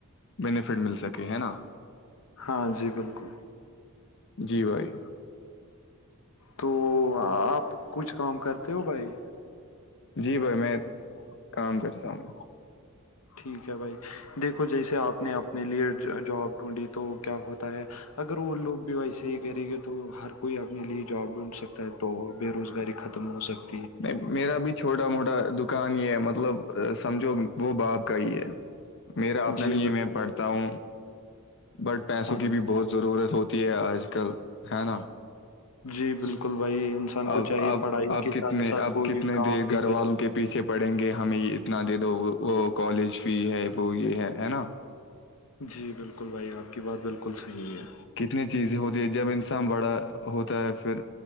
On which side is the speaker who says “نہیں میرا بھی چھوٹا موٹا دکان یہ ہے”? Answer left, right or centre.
Left